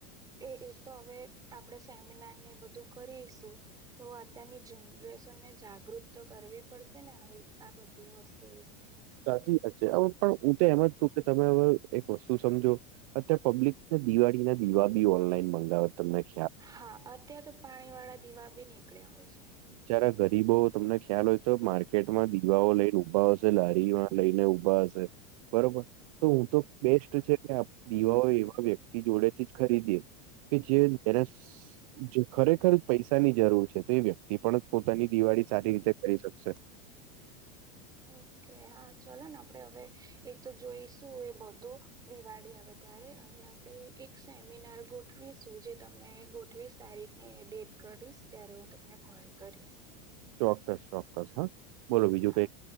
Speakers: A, on the right; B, on the right.
A: એ એ તો હવે આપણે સેમિનાર ને બધું કરીશુ તો અત્યારની જનરેશન ને જાગૃત તો કરવી પડશે ને આવી આ બધી વસ્તુ વિશે
B: સાચી વાત છે, હવે પણ હુતો એમ જ તું કે તમે હવે એક વસ્તુ સમજો અત પબ્લિકને દિવાળી ના દીવા બી ઓનલાઈન મંગાવે તમને ખ્યાલ
A: હા અત્યારે તો પાણી વાળા દીવા બી નીકળ્યા હોય છે.
B: જારા ગરીબો તમને ખ્યાલ હોય તો માર્કેટમાં દીવાઓ લઈને ઉભા હશે લારીમાં લઈને ઉઊભા હશે. બરોબર તો હું તો બેસ્ટ છે કે દીવાઓ એવા વ્યક્તિ જોડેથી જ ખરીદીએે. કે જેને ખરેખર પૈસાની જરૂર છે તો એ વ્યક્તિ તે પણ જ પોતાની દિવાળી સારી રીતે કરી શકશે.
A: ઓકે હા ચલો ને આપણે હવે એક તો જોઈશું એ બધું. દિવાળી આવે ત્યારે હવે આપણે એક સેમિનાર ગોઠવીશું જે તમને ગોઠવીશ. તારીખને ડેટ કરીશ ત્યારે હું તમને કોલ કરીશ.
B: ચોક્કસ ચોક્કસ હા બોલો બીજું
A: હા
B: કઈ.